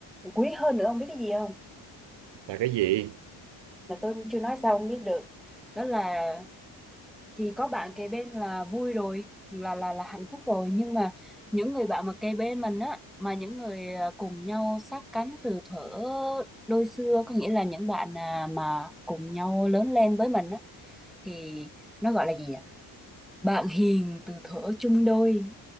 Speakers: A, in the centre; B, on the right.
A: quý hơn nữa không biết cái gì không
B: là cái gì
A: là tôi chưa nói sao không biết được đó là thì có bạn kề bên là vui rồi là là là hạnh phúc rồi nhưng mà những người bạn mà kề bên mình á mà những người à, cùng nhau sát cánh từ thuở đôi xưa có nghĩa là những bạn à, mà cùng nhau lớn lên với mình á thì nó gọi là gì ạ bạn hiền từ thuở chung đôi